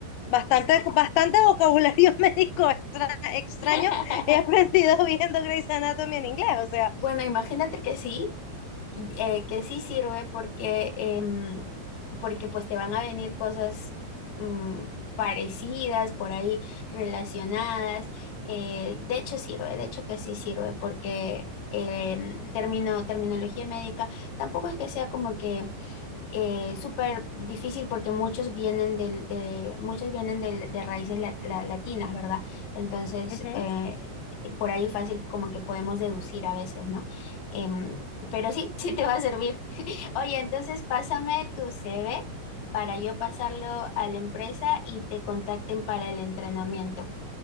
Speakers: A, on the left (about 85°); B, on the left (about 50°).
A: Bastante, bastante vocabulario <laughs> médico extra, extraño
B: <laughs>
A: he aprendido <laughs> viendo Grey's Anatomy en inglés, o sea,
B: bueno, imagínate que sí, eh, que sí sirve porque, em, porque pues te van a venir cosas mm, parecidas por ahí, relacionadas. Eh, de hecho sirve, de hecho que sí sirve porque em, el término, terminología médica tampoco es que sea como que eh, súper difícil porque muchos vienen del, de, muchos vienen del- de raíces lat- la- latinas, ¿verdad? Entonces,
A: ujú,
B: eh, por ahí fácil como que podemos deducir a veces, ¿no? Em, pero sí, <laughs> sí te va a servir. <laughs> Oye, entonces pásame tu CV para yo pasarlo a la empresa y te contacten para el entrenamiento.